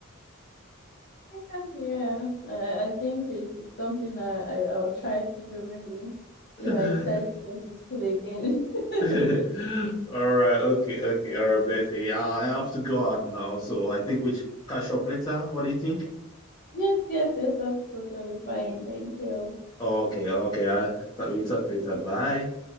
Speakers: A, on the left; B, on the left.
A: yeah yeah. I, I think it's, it's something that I, I'll try to do maybe
B: <laughs>
A: if
B: All
A: I decide to go to school again <laughs>
B: right, okay, okay, all right, bless you. I I have to go out now, so I think we should catch up later. What do you think?
A: yes yes yes that's totally fine thank you
B: Okay, okay. I thought we talk later. Bye.